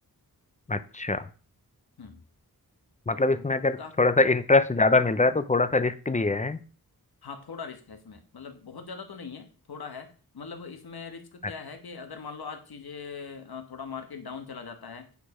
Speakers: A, on the left (about 20°); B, on the left (about 80°).
A: अच्छा
B: हम्म
A: मतलब
B: तो
A: इसमें अगर
B: का
A: थोड़ा सा इंटरेस्ट ज्यादा मिल रहा है तो थोड़ा सा रिस्क भी है
B: हाँ थोड़ा रिस्क है इसमें मतलब बहुत ज्यादा तो नहीं है थोड़ा है मतलब इसमें रिस्क क्या
A: अच्छा
B: है कि अगर मान लो आज चीजें अ, थोड़ा मार्केट डाउन चला जाता है